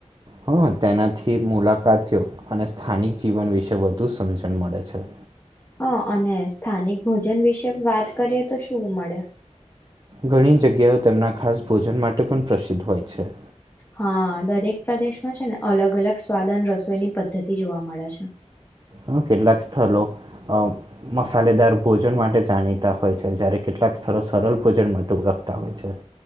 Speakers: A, on the right (about 35°); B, on the left (about 20°).
A: હ તેનાથી મુલાકાતીઓ અને સ્થાનિક જીવન વિશે વધુ સમજણ મળે છે.
B: હા અને સ્થાનિક ભોજન વિશે વાત કરીએ તો શું મળે?
A: ઘણી જગ્યાઓ તેમના ખાસ ભોજન માટે પણ પ્રસિદ્ધ હોય છે.
B: હા, દરેક પ્રદેશમાં છે ને અલગ અલગ સ્વાદ અને રસોઈની પદ્ધતિ જોવા મળે છે.
A: હા, કેટલાક સ્થળ અહ મસાલેદાર ભોજન માટે જાણીતા હોય છે જ્યારે કેટલાક સ્થળો સરલ ભોજન માટે ઓળખતા હોય છે.